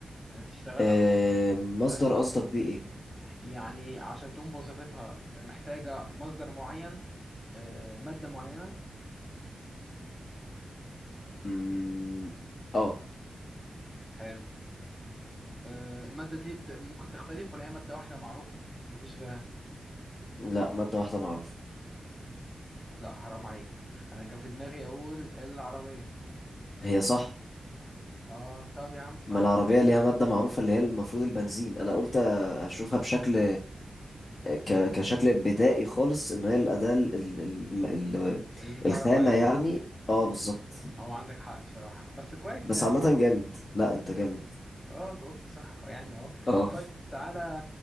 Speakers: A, on the left; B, on the left.
A: انها تشتغل
B: آه،
A: او
B: مصدر
A: تأدي
B: قصدك بيه ايه
A: يعني عشان تقوم بوظيفتها محتاجة مصدر معين آه مادة معينة
B: مم، اه
A: حلو آه المادة دي بت... ممكن تختلف ولا هي مادة واحدة معروفة ومفيش غيرها
B: لا مادة واحدة معروفة
A: لا حرام عليك انا كان في دماغي اقول العربية
B: هي صح
A: اه طب يا عم صح
B: ما العربية ليها مادة معروفة اللي هي المفروض البنزين انا قلت اشوفها بشكل
A: مم.
B: ك- كشكل بدائي خالص ان هي الاداه ال- ال- ال- ال-
A: المتعارف
B: الخامه
A: عليه
B: يعني اه بالظبط
A: هو عندك حق بصراحة بس كويس
B: بس
A: يعني
B: عامه
A: جاوبت
B: جامد لا انت جامد
A: اه جاوبت صح يعني اهو
B: اه
A: طيب تعالى